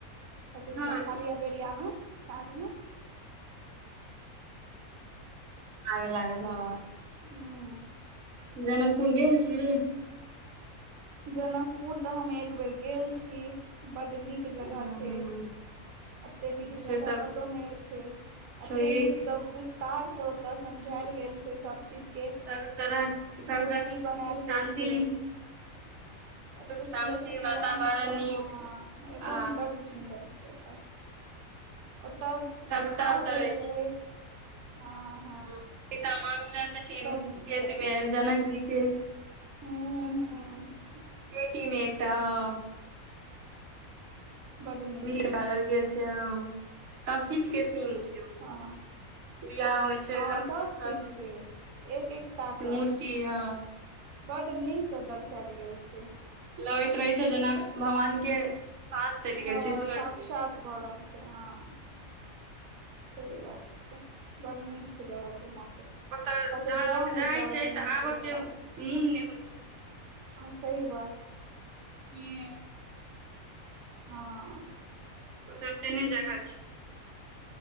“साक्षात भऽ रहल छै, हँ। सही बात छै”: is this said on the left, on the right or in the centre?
Right